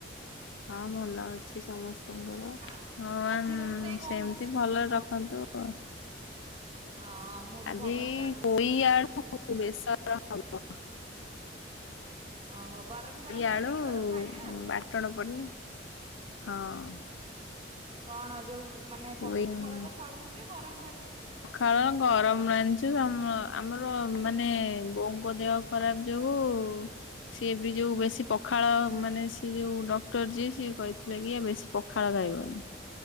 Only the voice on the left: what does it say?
ହଁ ଭଲ ଅଛି ସମସ୍ତଙ୍କର
ହଁ
ସେମିତି
ଭଲରେ ରଖନ୍ତୁ। ଆଉ।
ଆଜି
ପୋଇ ଆଳୁ ବେଶର ହବ।
ପୋଇ ଆଳୁ
ବାଟଣ ପଡି ହଁ।
ପୋଇ
ପଖାଳ ଗରମ ଆଣିଚୁ ଆମ ଆମର ମାନେ ବୋଉଙ୍କ ଦେହ ଖରାପ ଯୋଗୁଁ ସିଏ ବି ଯୋଉ ବେଶୀ ପଖାଳ ମାନେ ସେ ଯୋଉ ଡକ୍ଟର ଯିଏ ସିଏ କହି ସେଥିଲାଗି ବେଶୀ ପଖାଳ ଖାଇବନି।